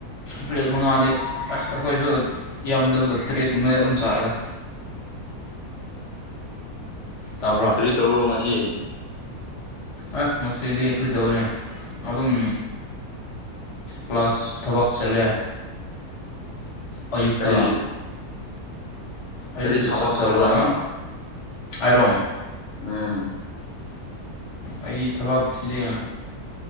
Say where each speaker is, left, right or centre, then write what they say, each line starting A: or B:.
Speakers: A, on the left; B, on the left.
A: ꯄ꯭ꯂꯦꯠ ꯃꯉꯥꯗꯤ ꯑꯁ ꯑꯩꯈꯣꯏꯁꯨ ꯌꯥꯝꯗꯕꯗ ꯇꯔꯦꯠꯀꯨꯝꯕꯗꯤ ꯑꯗꯨꯝ ꯆꯥꯏꯦꯗ ꯇꯥꯕ꯭ꯔ
B: ꯀ ꯇꯧꯔꯣ ꯉꯁꯤ
A: ꯑꯦꯁ ꯃꯁꯤꯗꯤ ꯀꯨꯔꯤ ꯇꯧꯅꯦ ꯑꯗꯨꯝ ꯀ꯭ꯂꯥꯁ ꯊꯕꯛ ꯆꯠꯂꯦ ꯑꯌꯨꯛꯇ
B: ꯀꯔꯤ
A: ꯑꯌꯨꯛꯇ
B: ꯀꯔꯤ ꯊꯕꯛ
A: ꯆꯞ ꯆꯔꯒ
B: ꯇꯧꯕ꯭ꯔꯥ ꯅꯪ
A: ꯍꯥꯏꯔꯣ
B: ꯎꯝ
A: ꯑꯩ ꯊꯕꯛꯁꯤꯗꯤ